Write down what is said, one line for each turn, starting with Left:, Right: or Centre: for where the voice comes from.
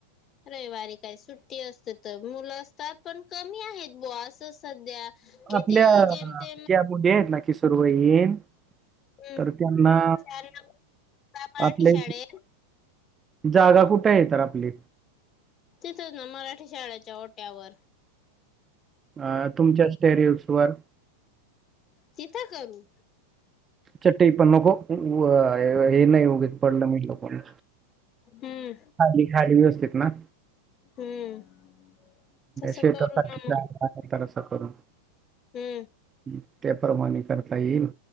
Left: रविवारी काय सुट्टी असते तर मुलं असतात पण कमी आहेत बॉ अस सध्या किती
Right: आपल्या
Left: जेमतेम
Right: त्या मुली आहेत ना किसर वईन
Left: हम्म
Right: तर त्यांना
Left: त्यांना मराठी
Right: आपल्या
Left: शाळेत
Right: जागा कुठे तर आपली
Left: तिथं च ना मराठी शाळेच्या ओट्यावर
Right: अ तुमच्या स्टेरियस वर
Left: तिथे करू
Right: चट्टई पण नको ओ हे नाही उग पडलं मिडल तर
Left: हम्म
Right: खाली खाली व्यवस्थिथ ना
Left: हम्म तसं
Right: शेतख
Left: करू ना मग
Right: नंतर असं करून
Left: हम्म
Right: हं, त्याप्रमाणे करता येईल